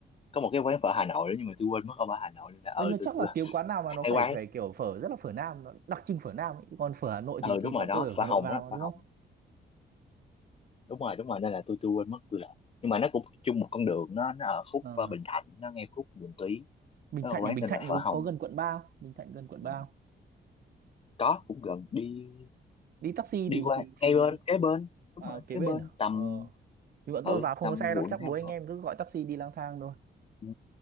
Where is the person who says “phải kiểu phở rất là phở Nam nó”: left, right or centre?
Right